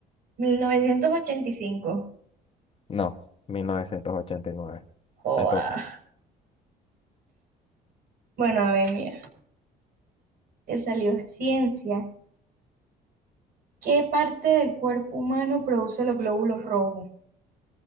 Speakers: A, on the right; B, on the left.
A: mil novecientos ochenta y cinco.
B: No, 1989.
A: Joa.
B: Me toca.
A: Bueno, a ver, mira, te salió ciencia. ¿Qué parte del cuerpo humano produce los glóbulos rojos?